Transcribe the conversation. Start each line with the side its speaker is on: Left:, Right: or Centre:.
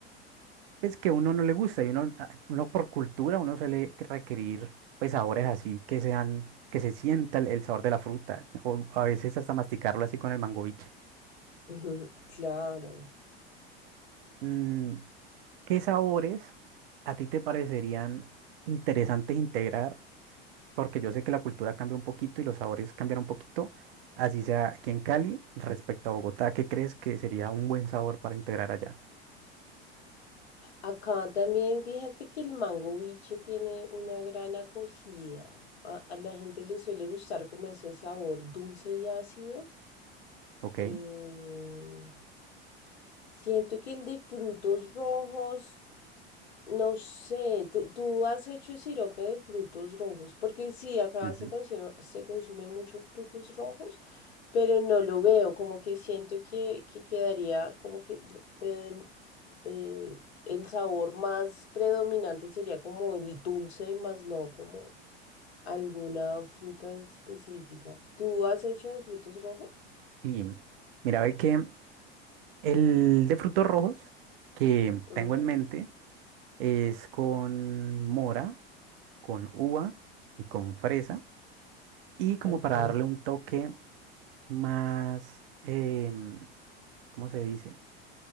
Right: pues que a uno no le gusta y uno, a- uno por cultura uno suele requerir pues sabores así que sean, que se sienta el, el sabor de la fruta o a veces hasta masticarlo así con el mangoviche.
Left: <laughs> Claro.
Right: Mm, ¿qué sabores a ti te parecerían interesantes integrar? Porque yo sé que la cultura cambia un poquito y los sabores cambian un poquito, así sea aquí en Cali respecto a Bogotá, ¿qué crees que sería un buen sabor para integrar allá?
Left: Acá también fíjate que el mango biche tiene una gran acogida. A, a la gente le suele gustar como ese sabor dulce y ácido.
Right: Ok.
Left: Eh, siento que el de frutos rojos no sé, ¿tú, tú has hecho sirope de frutos rojos? Porque sí, acá
Right: ujú.
Left: se consume, se consume mucho frutos rojos, pero no lo veo, como que siento que, que quedaría, como que l- preden- eh, el sabor más predominante sería como el dulce, más no como alguna fruta específica. ¿Tú has hecho de frutos rojos?
Right: Y mira, ve que El de frutos rojos que tengo
Left: Ujú,
Right: en mente es con mora, con uva y con fresa. Y como
Left: Ok.
Right: para darle un toque más, em, ¿cómo se dice?